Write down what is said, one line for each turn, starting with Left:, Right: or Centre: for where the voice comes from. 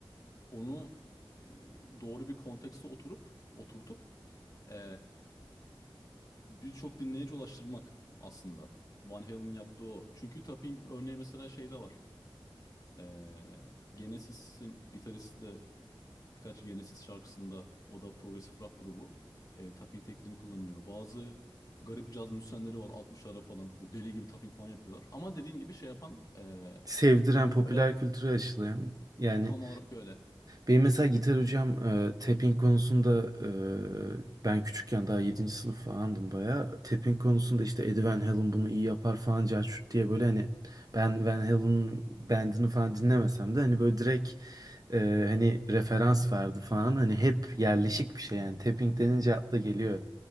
Left: onu e, doğru bir kontekste oturup oturtup e, birçok dinleyici ulaştırmak aslında. Van Halen'in yaptığı o. Çünkü tapping örneği mesela şeyde var. Ee, Genesis'in gitaristi de birkaç Genesis şarkısında o da progresif rock grubu e, tapping tekniğini kullanıyor. Bazı garip caz müzisyenleri var 60'lara falan böyle deli gibi tapping falan yapıyorlar. Ama dediğin gibi şey yapan e,
Right: Sevdiren,
Left: onu
Right: popüler
Left: böyle
Right: kültüre aşılayan. Yani
Left: tam olarak öyle
Right: benim mesela gitar hocam e, tapping konusunda e, ben küçükken daha yedinci sınıf falandım bayağı. Tapping konusunda işte Eddie Van Halen bunu iyi yapar falan carçurt diye böyle hani ben Van Halen'ın bandını falan dinlemesem de hani böyle direkt e, hani referans verdi falan. Hani hep yerleşik bir şey yani. Tapping denince akla geliyor